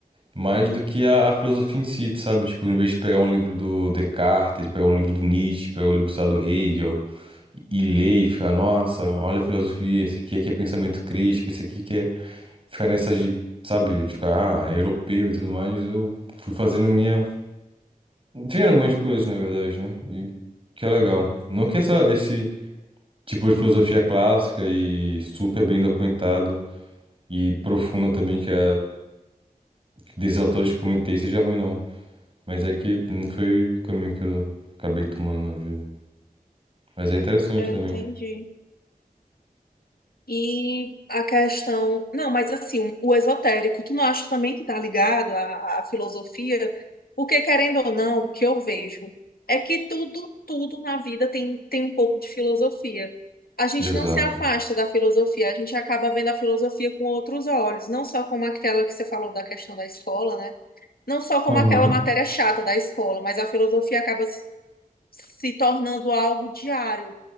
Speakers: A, on the right; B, on the left.
A: mais do que a, a filosofia em si, sabe? Tipo, em vez de pegar um livro do Descartes, pegar um livro do Nietzsche, pegar um livro, sei lá, do Hegel e, e ler e ficar, nossa, olha a filosofia, esse aqui, aqui é pensamento crítico, esse aqui que é ficar nessa de, sabe, de ficar, ah, é europeu e tudo mais, eu fui fazendo minha. Vendo algumas coisas, na verdade, né? E que é legal. Não que essa, esse tipo de filosofia clássica e super bem documentada e profunda também, que é desses autores que eu comentei, seja ruim, não. Mas é que não foi o caminho que eu acabei tomando na vida. Mas é interessante
B: Eu
A: também.
B: entendi. E a questão. Não, mas assim, um, o esotérico, tu não acha também que está ligado à, à filosofia? Porque, querendo ou não, o que eu vejo é que tudo, tudo na vida tem, tem um pouco de filosofia. A gente
A: Exato.
B: não se afasta da filosofia, a gente acaba vendo a filosofia com outros olhos, não só como aquela que você falou da questão da escola, né? Não só como
A: Aham,
B: aquela matéria chata da escola, mas a filosofia acaba se se tornando algo diário